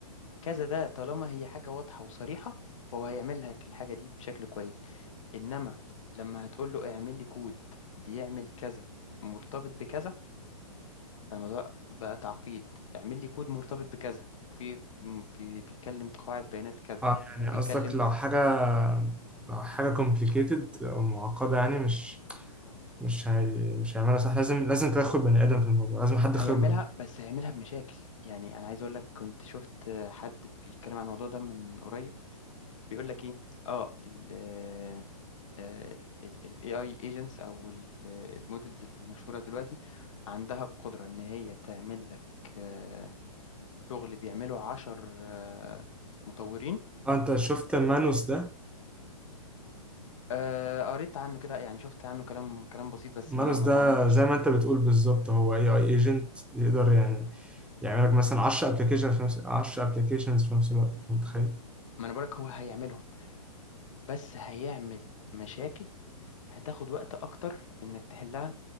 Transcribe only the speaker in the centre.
اه يعني
قصدك لو حاجة لو حاجة complicated او معقدة يعني مش مش هي مش هيعملها صح لازم لازم تدخل بني ادم في الموضوع لازم حد
خبرة
اه انت شفت مانوس ده
مانوس
ده
زي ما انت بتقول بالظبط هو اي اي ايجنت يقدر يعني يعمل لك مثلا 10 ابلكيشن في نفس 10 ابلكيشنز في نفس الوقت انت متخيل